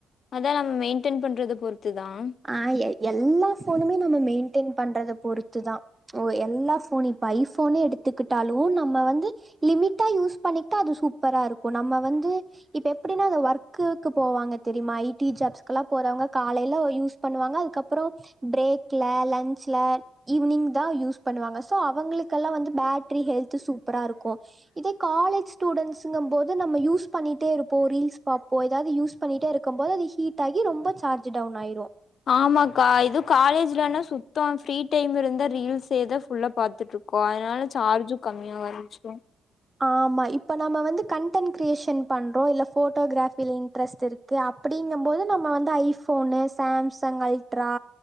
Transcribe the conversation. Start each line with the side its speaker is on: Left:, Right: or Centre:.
Left: அத நம் மெயின்டயின் பண்றது பொறு த்துதான்
Right: ஆ எ எல்லா போனுமே நம்ம மெயின் மெயின்டைன் பண்றத பொறுத்துதா ஒ எல்லா போனு இப்போ ஐபோனே எடுத் த்துகிட்டாலு நம்ம வந்து லிமிட்டா யூஸ் பண்ணிக்கிட்டா அது சூ ப்பரா இருக்கு நம்ம வந்து இப்ப எப்டின்னா இந்த ஒர்க் க்குக்கு போவாங்க தெரியுமா ஐ டி ஜாப்ஸ்க்கு எல்லா போறவங்க காலையில யூஸ் பன்வாங்க அதுக்கப்றம் ப்ரேக்ல லன்ச்ல ஈவினிங் தா யூஸ் பண்ணுவாங்க சோ அவங்களுக்கெல்லா வந்து பேட்டரி ஹெல்த்து சூப்பரா இருக்கு இதே காலேஜ் ஸ்டூடன்ஸ்கும் போது நம்ம யூஸ் பண்ணிட்டே இருப்போ ரீல்ஸ் பாப்போ எதாவது யூஸ் பண்ணிட்டே இருக்கும் போது அது ஹீட் ஆகி ரொம்ப சார்ஜ் டவுன் ஆயிடு
Left: ஆமாக்கா இது காலேஜ்லனா சுத்தம் ஃப்ரீ டைம் இருந்தா ரீல்ஸ் ஏதா ஃபுல்லா பாத்துட்ருக் கு அதனால சார்ஜும் கம்மியாக ஆரம்பிச்சிடு
Right: ஆமா இப்ப நம்ம வந்து கண்டடன்ட் கிரியேஷன் பண்றோ இல்ல போட்டோகிராஃபில இன்ட்ரெஸ்ட் இருக்கு அப்படிங்கம் போது நம்ம வந்து iPhone Samsung Ultra